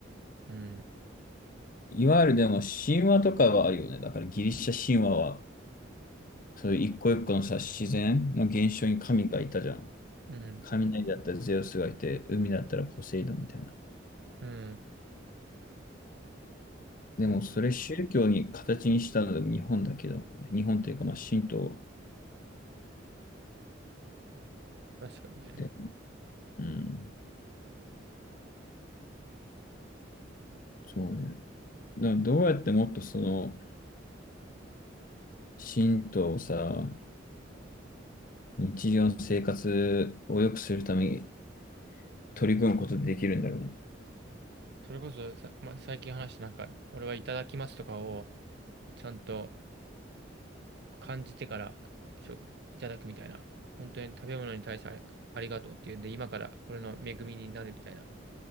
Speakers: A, on the right (about 60°); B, on the left (about 45°).
A: に。うん、
B: いわゆるでも、神話とかはあるよね。だから、ギリシャ神話は、そういう一個一個のさ、自然の現象に神がいたじゃん。
A: うん、
B: 雷だったらゼウスがいて、海だったらポセイドンみたいな。
A: うん。
B: でも、
A: た
B: それ宗教に形にしたのでも日本だけどね。日本っていうか、まあ、神道
A: 確かにね。
B: で。うん、そうね。だからどうやってもっとその、神道をさ、日常の生活を良くするために取り組むことでできるんだろうね。
A: それこそさ、まあ、最近話したなんか、俺はいただきますとかを、ちゃんと感じてから食、いただくみたいな。本当に食べ物に対してあり、ありがとうっていうんで、今から俺の恵みになるみたいな。